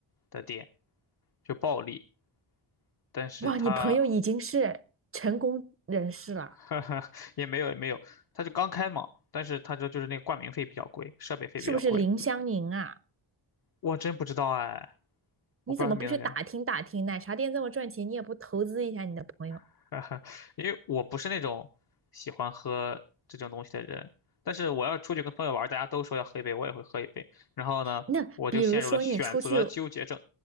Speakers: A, on the left (about 50°); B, on the right (about 30°).
A: 的店，就暴利，但是他
B: 哇，你朋友已经是成功人士了，
A: <laughs> 呵呵也没有也没有，他就刚开嘛，但是他说就是那个冠名费比较贵，设备费比较贵。
B: 是不是林湘宁啊？
A: 我真不知道哎，
B: 你怎么不去打听打听？
A: 我不知道他名字叫。
B: 奶茶店这么赚钱，你也不投资一下你的朋友？
A: <laughs> 哈哈，因为我不是那种喜欢喝这种东西的人，但是我要出去跟朋友玩儿，大家都说要喝一杯，我也会喝一杯。然后呢，
B: 那比如说你出去，
A: 我就陷入了选择纠结症。